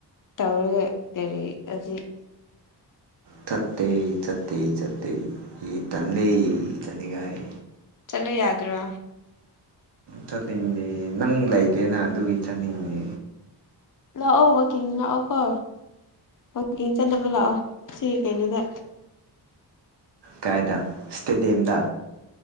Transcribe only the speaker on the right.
ꯆꯠꯇꯦ ꯆꯠꯇꯦ ꯆꯠꯇꯦ ꯏ ꯇꯜꯂꯦ ꯏꯊꯟꯅꯤꯉꯥꯏ
ꯆꯠꯅꯤꯡꯗꯦ ꯅꯪ ꯂꯩꯇꯦꯅ ꯑꯗꯨꯒꯤ ꯆꯠꯅꯤꯡꯗꯦ
ꯀꯥꯏꯗ ꯏꯁꯇꯦꯗꯤꯌꯝꯗ